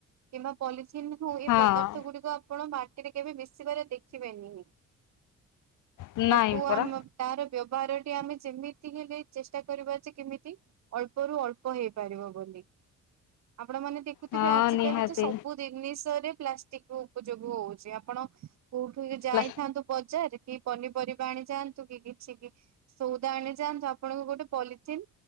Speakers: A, on the right; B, on the left.
A: କିବା ପ ଏ
B: ହଁ।
A: ପଦାର୍ଥ ଗୁଡିକ ଆପଣ ମାଟିରେ କେବେ ମିଶିବାରେ ଦେଖିବେନି।
B: ନାଇଁ
A: ତାକୁ
B: ପରା
A: ଆମ ତାର ବ୍ୟବହାର ଟି ଆମେ ଯେମିତି ହେଲେ ଚେଷ୍ଟା କରିବା ଯେ କେମିତି ଅଳ୍ପରୁ ଅଳ୍ପ ହେଇପାରିବ ବୋଲି। ଆପଣ ମାନେ ଦେଖୁଥିବେ
B: ହଁ
A: ଆଜିକାଲି
B: ନିହାତି
A: ତ ସବୁ ଜିନିଷ ପ୍ଲାଷ୍ଟିକ ଉପଯୋଗ ହଉଚି ଆପଣ କୋଉଠୁ ଯାଇଥାନ୍ତୁ
B: ପ୍ଲା
A: ବଜାର କି ପନିପରିବା ଯାଆନ୍ତୁ କି କିଛି କି ସଉଦା ଆଣି ଯାଆନ୍ତୁ ଆପଣଙ୍କୁ ଗୋଟେ ପଲିଥିନ୍